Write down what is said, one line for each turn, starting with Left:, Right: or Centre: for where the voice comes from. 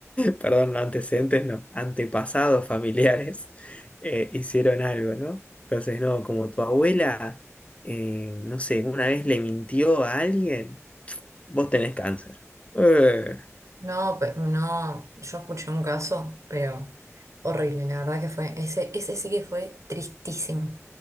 Left: perdón, no antecedentes, no, antepasados familiares <laughs> eh, hicieron algo, ¿no? Entonces, no, como tu abuela, eh, no sé, una vez le mintió a alguien, vos tenés cáncer. Eh,
Right: No, pe- no, yo escuché un caso, pero horrible, la verdad que fue, ese, ese sí que fue tristísimo.